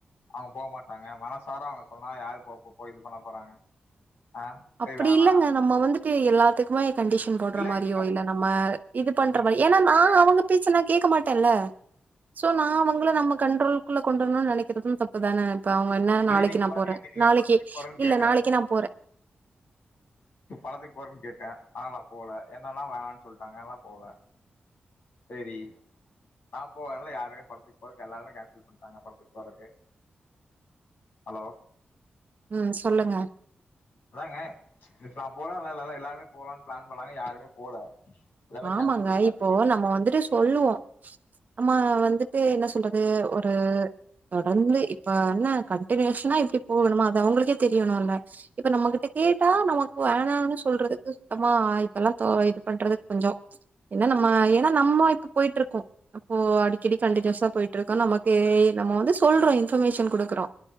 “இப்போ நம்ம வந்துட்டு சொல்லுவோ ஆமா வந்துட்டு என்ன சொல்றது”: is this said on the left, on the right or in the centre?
Right